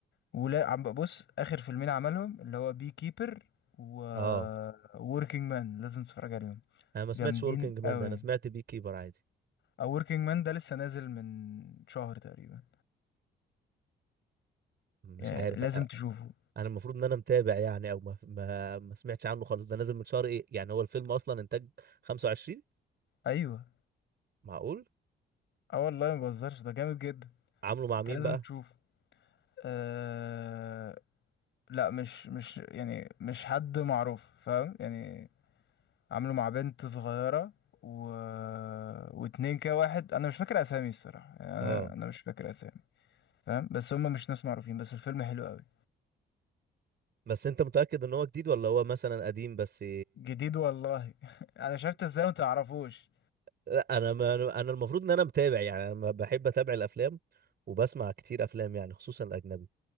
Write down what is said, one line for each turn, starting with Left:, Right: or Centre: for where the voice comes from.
Left: ولا عم بص اخر فيلمين عملهم اللي هو بي كيبر و
Right: اه
Left: وركينج مان لازم تتفرج عليهم
Right: انا ما سمعتش
Left: جامدين
Right: وركينج مان
Left: قوي
Right: ده انا سمعت بي كيبر عادي
Left: او وركينج مان ده لسه نازل من شهر تقريبا
Right: مش
Left: يعني
Right: عارف
Left: لازم
Right: أ-
Left: تشوفه
Right: انا المفروض ان انا متابع يعني او ما ما, ما سمعتش عنه خالص ده نازل من شهر ايه يعني هو الفيلم اصلا انتاج 25
Left: ايوه
Right: معقول
Left: اه والله ما بهزرش ده جامد جدا
Right: عامله مع
Left: انت
Right: مين
Left: لازم
Right: بقى
Left: تشوفه أه... لا مش مش يعني مش حد معروف فاهم يعني عامله مع بنت صغيرة و... واتنين كده واحد انا مش فاكر اسامي الصراحة يعني انا
Right: اه
Left: انا مش فاكر اسامي فاهم بس هم مش ناس معروفين بس الفيلم حلو قوي
Right: بس انت متأكد ان هو جديد ولا هو مثلا قديم بس
Left: جديد والله <laughs> انا شفت ازاي وما تعرفوش
Right: لا انا ما انا المفروض ان انا متابع يعني انا ما بحب اتابع الافلام وبسمع كتير افلام يعني خصوصا الاجنبي